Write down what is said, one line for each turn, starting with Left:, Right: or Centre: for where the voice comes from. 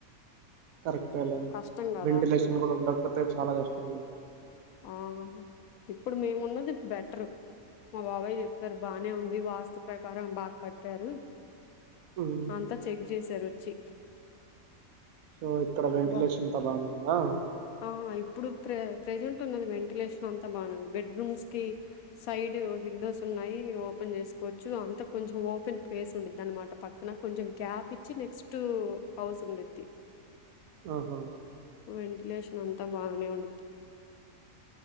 Right: కరెక్టే లే
Left: కష్టం కదా
Right: వెంటిలేషన్ కూడా ఉండకపోతే చాలా కష్టం.
Left: ఆహు ఇప్పుడు మేము ఉన్నది బెటరు మా బాబాయ్ చెప్పారు బానే ఉంది వాస్తు ప్రకారం బా కట్టారు.
Right: ఉమ్
Left: అంతా చెక్ చేశారు వచ్చి
Right: సో ఇక్కడ వెంటిలేషనంతా
Left: బా
Right: బానే ఉందా?
Left: ఆ ఇప్పుడు ఇప్పుడే ప్రెజెంట్ ఉన్నది వెంటిలేషన్ అంతా బానే ఉంది. బెడ్రూమ్స్ కి సైడ్ సో విండోస్ ఉన్నాయి ఓపెన్ చేసుకోవచ్చు. అంత కొంచెం ఓపెన్ పెస్ ఉండిద్ అన్నమాట పక్కన కొంచెం యాప్ ఇచ్చి నెక్స్ట్ హౌస్ ఉండిద్ది.
Right: ఆహా
Left: వెంటిలేషన్ అంతా బానే ఉండిద్ధి.